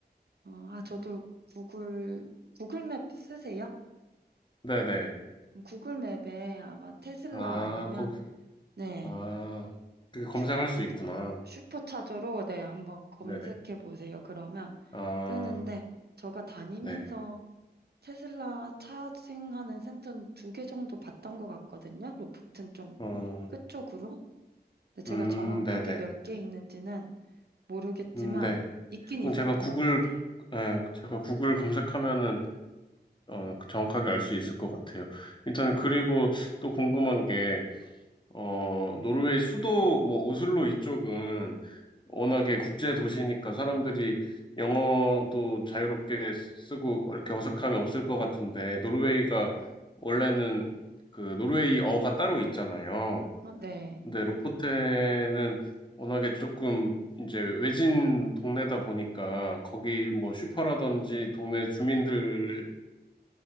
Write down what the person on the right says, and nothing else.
어, 아 저도 구글 구글맵 쓰세요?
구글맵에 아마 테슬라
아니면
네
슈,
슈퍼차저로 네 한번 검색해
보세요. 그러면
뜨는데 제가 다니면서
테슬라 차징하는 센터는 두 개 정도 봤던 것 같거든요. 로프트는 좀
끝쪽으로. 근데 제가
정확하게
몇 개 있는지는 모르겠지만
있긴
있었던
것 같아요.
아, 네.